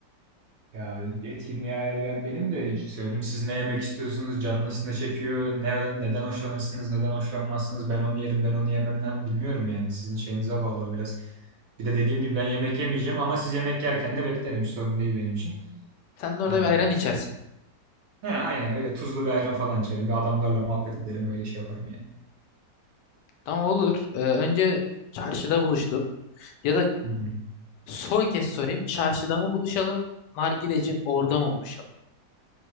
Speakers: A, on the right; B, on the left.
A: Ya etkinliği ayarlayan benim de canım siz ne yemek istiyorsunuz, canınız ne çekiyor, ne, neden hoşlanırsınız, neden hoşlanmazsınız, ben onu yerim, ben onu yemem ne, bilmiyorum yani sizin şeyinize bağlı o biraz. Bir de dediğim gibi ben yemek yemeyeceğim ama siz yemek yerken de beklerim, hiç sorun değil benim için.
B: Sen de orada
A: Ee,
B: bir ayran içersin.
A: he, aynen öyle tuzlu bir ayran falan içerim, bir adamlarla muhabbet ederim, öyle şey yaparım yani.
B: Tamam olur. Ee, önce çarşıda buluştuk. Ya da
A: Hı hı.
B: son kez sorayım. Çarşıda mı buluşalım? Nargilecin orada mı buluşalım?